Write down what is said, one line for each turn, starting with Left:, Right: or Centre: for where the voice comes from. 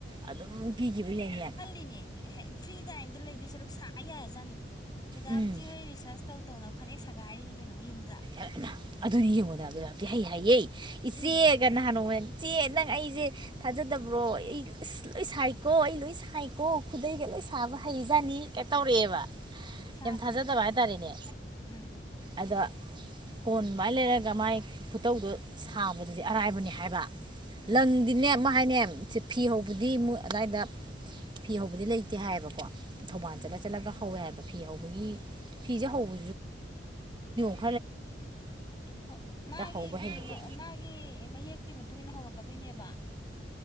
Right: ꯑꯗꯨꯝ ꯄꯤꯈꯤꯕ ꯂꯩꯩꯅꯦ
Left: <unintelligible> ꯅꯦ ꯐ꯭ꯔꯤ ꯇꯥꯏꯝꯗ ꯂꯩꯗꯨꯏ ꯁꯔꯨꯛ ꯁꯥ ꯌꯥꯖꯥꯅꯤ ꯄꯤꯗꯥꯕꯇꯤ
Right: ꯎꯝ
Left: ꯍꯣꯏ ꯔꯤꯁꯥꯔꯁ ꯇꯧ ꯇꯧꯅ ꯐꯅꯦꯛ ꯁꯪꯒꯥꯏꯔꯤꯅꯤ ꯀꯩꯅꯣ ꯃꯌꯨꯝꯗ
Right: ꯑ ꯑꯩꯃꯥ ꯑꯗꯨꯅꯤ ꯌꯦꯡꯉꯨꯗꯕ ꯄꯤꯗꯥꯕꯇꯤ ꯍꯩ ꯍꯥꯏꯌꯦ ꯏꯆꯦꯒ
Left: ꯎꯝ
Right: ꯅꯍꯥꯟꯅꯣꯡꯃ ꯏꯆꯦ ꯅꯪ ꯑꯩꯁꯦ ꯊꯥꯖꯗꯕ꯭ꯔꯣ ꯑꯩ ꯏꯁ ꯂꯣꯏ ꯁꯥꯏꯀꯣ ꯑꯩ ꯂꯣꯏ ꯁꯥꯏꯀꯣ ꯈꯨꯗꯩꯒ ꯂꯣꯏ ꯁꯥꯕ ꯍꯩꯖꯥꯅꯤ ꯀ ꯇꯧꯔꯛꯑꯦꯕ
Left: ꯁꯥꯕꯅꯦ
Right: ꯌꯥꯝ ꯊꯥꯖꯗꯕ ꯍꯥꯏꯇꯥꯔꯦꯅꯦ
Left: ꯎꯝ
Right: ꯑꯗꯣ ꯀꯣꯟ ꯃꯥꯏ
Left: ꯃꯄꯥꯟꯅ
Right: ꯂꯩꯔꯒ ꯃꯥꯥꯏ ꯈꯨꯇꯧꯗꯣ ꯁꯥꯕꯗꯨꯗꯤ ꯑꯔꯥꯏꯕꯅꯤ ꯍꯥꯏꯕ
Left: ꯎꯝ
Right: ꯂꯪꯗꯤꯅꯦ ꯃꯥ ꯍꯥꯏꯅꯦ ꯐꯤ ꯍꯧꯕꯗꯤ ꯃꯣꯏ ꯑꯗ꯭ꯋꯥꯏꯗ ꯐꯤ ꯍꯧꯕꯗꯤ ꯂꯩꯇꯦ ꯍꯥꯏꯌꯦꯕꯀꯣ ꯊꯧꯕꯥꯜ
Left: ꯎꯝ
Right: ꯆꯠꯂ ꯆꯠꯂꯒ ꯍꯧꯋꯦ ꯍꯥꯏꯕ ꯐꯤ ꯍꯧꯕꯒꯤ ꯐꯤꯁꯦ ꯍꯧꯕ <unintelligible>
Left: ꯍꯣꯏ ꯃꯥꯒꯤ
Right: ꯍꯧꯕ ꯍꯩꯕꯗꯤ
Left: ꯃꯥꯒꯤ ꯃꯌꯦꯛꯇꯨꯒꯤ ꯃꯇꯨꯡ ꯏꯟ ꯍꯧꯔꯛꯀꯗꯣꯏꯅꯦꯕ